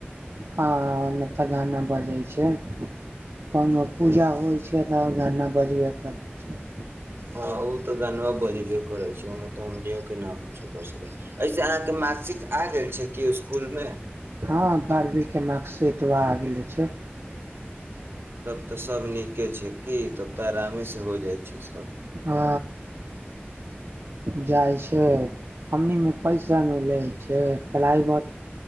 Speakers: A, on the right; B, on the right.
A: हँ ओने तऽ गाना बजै छै कोनो
B: हँ
A: पूजा होइत छै त गना बजबे करैत छैक
B: हँ ओ तऽ गाना बजबे करैत छैक ओहिमे तऽ हमो केना कुछो कर सकैत छी मार्कशीट आ गेल छै स्कुल मे
A: हँ बारहवीं के मार्कशीटवा आ छै
B: तब तऽ सब नीके छै कि तब तऽ आरामे से हो जाइ छैक
A: आ जाइत छै हमनी पैसा नहि लै छै प्राइवेट